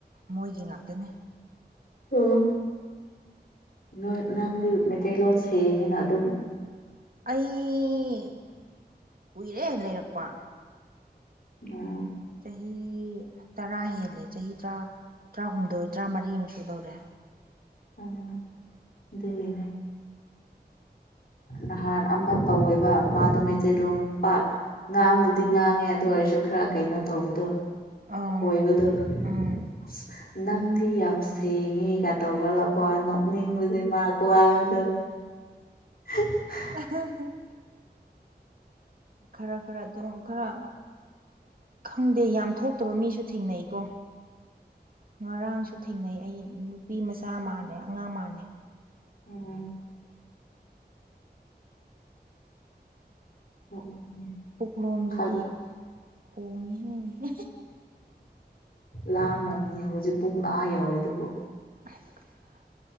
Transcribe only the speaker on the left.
ꯑꯣ ꯅꯣꯏ ꯅꯪꯗꯤ ꯃꯩꯇꯩꯂꯣꯟ ꯁꯦꯡꯉꯤꯅ ꯑꯗꯨꯝ
ꯑꯣ
ꯑꯣ ꯑꯗꯨꯒꯤꯅꯦ ꯅꯍꯥꯟ ꯑꯃ ꯇꯧꯋꯦꯕ ꯃꯥꯗꯨ ꯃꯩꯇꯩꯂ‌ꯣꯟ ꯄꯥꯛ ꯉꯥꯡꯕꯨꯗꯤ ꯉꯥꯡꯉꯦ ꯑꯗꯨ ꯑꯣꯏꯔꯁꯨ ꯈꯔ ꯀꯩꯅꯣ ꯇꯧꯕꯗꯣ
ꯈꯣꯏꯕꯗꯣ
ꯑꯁ ꯅꯪꯗꯤ ꯌꯥꯝ ꯁꯦꯡꯉꯦꯒ ꯇꯧꯕ ꯍ‌ꯣꯏ ꯅ‌ꯣꯛꯅꯤꯡꯕꯁꯤ ꯃꯥꯏ ꯈꯨꯉꯥꯡꯗ‌ꯣ <unintelligible>
ꯑꯣ <inaudible>
ꯑꯣ
ꯂꯥꯝꯔꯝꯅꯤ ꯍꯧꯖꯤꯛ ꯄꯨꯡ ꯑꯥ ꯌꯧꯔꯤ ꯗꯨꯕꯨ